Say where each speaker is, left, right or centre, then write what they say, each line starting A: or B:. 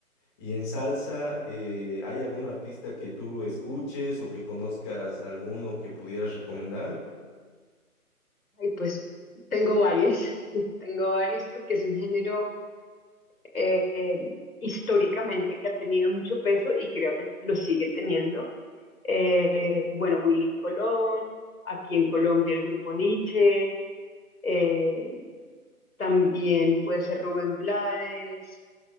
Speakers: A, on the left; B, on the left.
A: Y en salsa, eh, ¿hay algún artista que tú escuches o que conozcas alguno que pudieras recomendarme?
B: Y pues tengo varios, <laughs> tengo varios porque es un género eh, eh, históricamente que ha tenido mucho peso y creo que lo sigue teniendo. Eh, bueno, Willy Colón, aquí en Colombia el grupo Nietzsche, eh, también puede ser Rubén Blades,